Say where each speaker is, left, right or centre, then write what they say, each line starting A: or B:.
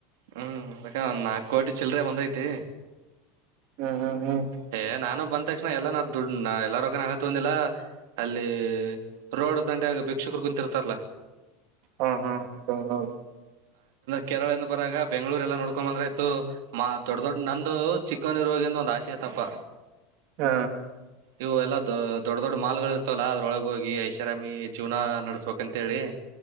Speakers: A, on the right (about 70°); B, on the right (about 45°).
A: ಹ್ಮ್ ಅದಕ್ಕಂದ ನಾಲ್ಕು ಕೋಟಿ ಚಿಲ್ದ್ರೆ ಬಂದೈತಿ
B: ಹ್ಮ್ ಹ್ಮ್ ಹ್ಮ್
A: ಹ ನಾನು ಬಂತ ತಕ್ಷಣ ಎಲ್ಲ ನ ದುಡ್ ಎಲ್ಲರೋಗ ನನ ತೊಂದಿಲ್ಲ ಅಲ್ಲಿ ರೋಡ್ ದಂಡೆ ಆಗ ಭಿಕ್ಷಕರು ಕುಂತಿರ್ತಾರಲ್ಲ
B: ಹಾ ಹಾ ಹೌದೌದೌದ.
A: ಕೆರಳಿಂದ್ ಬರಾಗ ಬೆಂಗ್ಳೂರೆಲ್ಲಾ ನೋಡ್ಕೊಬಂದ್ರ ಆಯ್ತು ಮಾ ದೊಡ್ ದೊಡ್ ನಂದು ಚಿಕ್ಕವನಿರುವಾಗಿಂದ ಒಂದ್ ಆಸೆ. ಎತಪ್ಪಾ.
B: ಹ್ಯ.
A: ಇವು ಎಲ್ಲಾ ದ ದೊಡ್ಡ ದೊಡ್ ಮಾಲ್ಗಳು ಇರ್ತವಲ್ಲ ಅದ್ರೊಳಗ ಹೋಗಿ ಐಷಾರಾಮಿ ಜೀವ್ನಾ ನಡಸ್ಬೇಕಂತ್. ತೇಳಿ